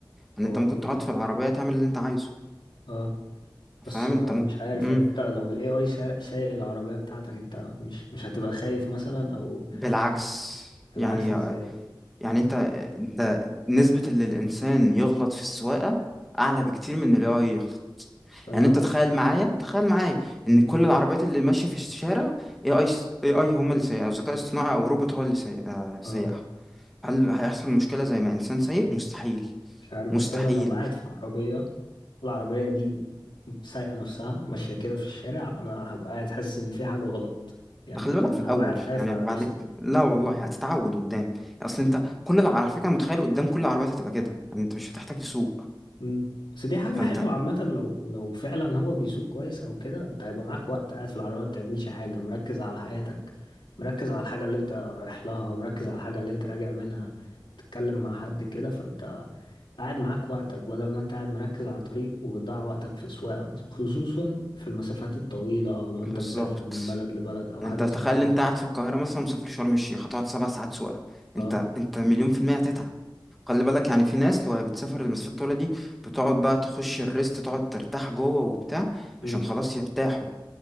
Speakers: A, in the centre; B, on the left.
A: ان
B: هو
A: انت
B: عامة
A: ممكن تقعد في العربيه تعمل اللي انت عايزه
B: اه بس
A: فاهم
B: آه،
A: انت ممكن
B: مش عارف
A: مم.
B: يعني انت لو الاي اي سارق سايق العربية بتاعتك انت مش مش هتبقى خايف مثلا او
A: بالعكس
B: العكس
A: يعني
B: ازاي
A: يعني انت ده نسبة اللي الانسان يغلط في السواقة اعلى بكتير من اللي هو يغلط
B: بس انا
A: يعني انت تخيل معايا تخيل معايا
B: مم،
A: ان كل العربيات اللي ماشية في الشارع اي اي اي اي هم اللي سايقها ذكاء اصطناعي او روبوت هو اللي سايق- آه، سايقها
B: اه
A: هل هيحصل مشكلة زي ما انسان سايق مستحيل
B: مش عارف
A: مستحيل
B: بس انا لو قاعد في عربية والعربية دي سايقة نفسها ماشية كده في الشارع انا هبقى قاعد حاسس ان في حاجة غلط يعني
A: ده خلي بالك
B: انا
A: في الاول
B: هبقى قاعد خايف
A: يعني
B: على
A: بعد
B: نفسي
A: ك- لا والله هتتعود قدام اصل انت كل الع- على فكره متخيل قدام كل العربيات هتبقى كده يعني انت مش هتحتاج تسوق
B: مم. بس دي حاجة
A: فانت
B: حلوة عامة لو لو فعلا هو بيسوق كويس أو كده أنت هيبقى معاك وقت قاعد في العربية ما بتعملش حاجة مركز على حياتك مركز على الحاجة اللي أنت رايح لها مركز على الحاجة اللي أنت راجع منها تتكلم مع حد كده فأنت قاعد معاك وقتك بدل ما أنت قاعد مركز على طريق وبتضيع وقتك في سواقة مثلا خصوصا في المسافات الطويلة أو لو
A: بالظبط
B: أنت مسافر من بلد لبلد أو حاجة
A: انت تخيل
B: زي كده
A: انت قاعد في القاهره مثلا مسافر شرم الشيخ هتقعد سبع ساعات سواقه
B: أه
A: انت انت مليون في الميه هتتعب خلي بالك يعني في ناس لو هي بتسافر المسافات الطويله دي بتقعد بقى تخش الريست تقعد ترتاح جوه وبتاع
B: مم.
A: عشان خلاص يرتاحوا